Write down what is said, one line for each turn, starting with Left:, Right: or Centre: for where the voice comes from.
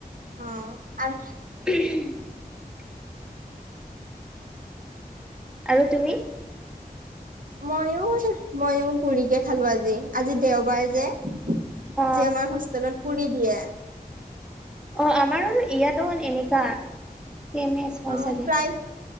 Right: অ
Centre: <inaudible> আৰু তুমি?
Right: মইয়ো মইয়ো পুৰিকে খালো আজি আজি দেওবাৰ যে আজি
Centre: অ
Right: আমাৰ হোষ্টেলৰ পুৰি দিয়ে।
Centre: অ আমাৰো ইয়াতো এনেকা <unintelligible> ছেম এ হয়
Right: অ
Centre: চাগে।
Right: প্ৰায়